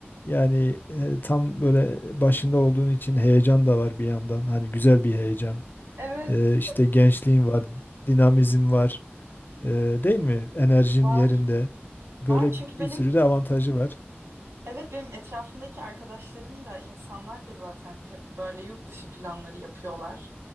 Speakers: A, on the left; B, on the right.
A: Yani e, tam böyle başında olduğun için heyecan da var bir yandan. Hani güzel bir heyecan.
B: Evet,
A: E, işte gençliğin var, dinamizm var. E, değil mi? Enerjin
B: var.
A: yerinde. Böyle
B: Var çünkü benim
A: bir sürü de avantajı var.
B: Evet benim etrafımdaki arkadaşlarım da insanlar da zaten hep böyle yurt dışı planları yapıyorlar.